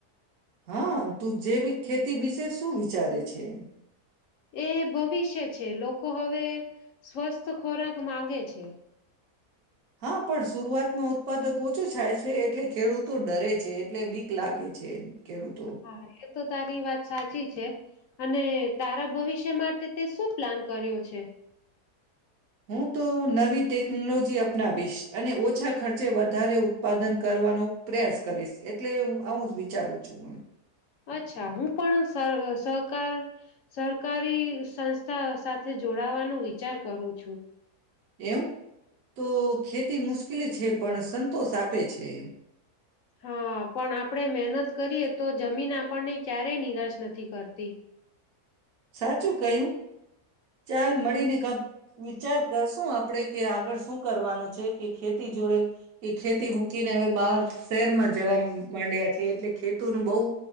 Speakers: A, on the right; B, on the left.
A: હા તું જૈવિક ખેતી વિશે શું વિચારે છે.
B: એ ભવિષ્ય છે. લોકો હવે સ્વસ્થ ખોરાક માંગે છે.
A: હા પણ સરૂઆતમાં. ઉત્પાદકો ઓછું થાય છે. એટલે ખેડૂતો ડરે છે. એટલે બીક લાગે છે. ખેડૂતો
B: હા એ તો તારી વાત સાચી છે. અને તારા ભવિષ્ય માટે તે શું? પ્લાન કર્યો છે.
A: હું તો નવી ટેકનોલોજી અપનાવીશ અને ઓછા ખર્ચે વધારે ઉત્પાદન કરવાનો પ્રયાસ કરીશ એટલે હું આવું જ વિચારું છું આમ
B: અચ્છા હું પણ સહકાર સરકારી સંસ્થા સાથે જોડાવાનો વિચાર કરું છું.
A: એમ તો ખેતી મુશ્કેલી છે? પણ સંતોષ આપે છે એમ.
B: હા પણ આપણે મહેનત કરીએ તો જમીન આપણને ક્યારેય નિરાશ નથી કરતી.
A: સાચું કહ્યું ચાલ મળીને કઈ કવિચાર કરશું આપડે કે આગળ શું કરવાનું છે. કે ખેતી જોડે એ ખેતી મૂકીને હવે બહાર શહેરમાં જ જવા માંડ્યા છે. એટલે? ખેતુ નું બહુ